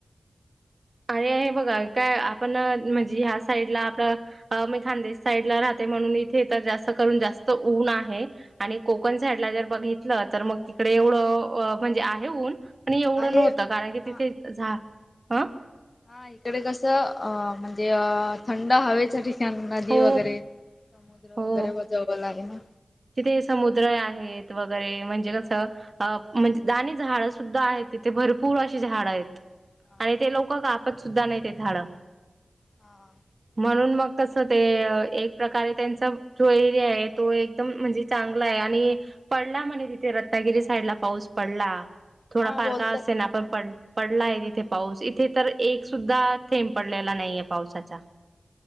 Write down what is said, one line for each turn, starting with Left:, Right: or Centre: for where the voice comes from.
Right: आणि हे बघा काय आपण म्हणजे ह्या साइडला आपलं अ मी खानदेश साईडला राहते म्हणून इथे तर जास्त करून जास्त ऊन आहे. आणि कोकण साईडला जर बघितलं तर मग तिकडे एवढं म्हणजे आहे ऊन पण एवढं
Left: आहे
Right: नव्हतं कारण की
Left: हा.
Right: तिथे झा ह
Left: हा इकडे कसं अ म्हणजे थंड हवेसाठी नदी
Right: हो
Left: वगैरे समुद्र
Right: हो
Left: वगैरे बजाव लागे ना.
Right: तिथे समुद्र आहेत वगैरे म्हणजे कसं. अ म्हणजे आणि आणि झाडं सुद्धा आहेत तिथे भरपूर अशी झाडं आहेत.
Left: हा
Right: आणि ते लोक कापत सुुद्धा नाही ते झाड
Left: हा
Right: म्हणून मग कस ते एक प्रकारे त्यांच जो एरिया आहे तो एकदम म्हणजे चांगला आहे आणि पडला म्हणे तिथे रत्नागिरी साईडला पाऊस पडला थोडा
Left: हा
Right: फार
Left: बोलतात
Right: का असे
Left: तिकडे.
Right: ना पाऊस पडला. पडला आहे
Left: हा
Right: तिथे पाऊस इथे तर एक सुद्धा थेंब पडलेला नाहीये पावसाचा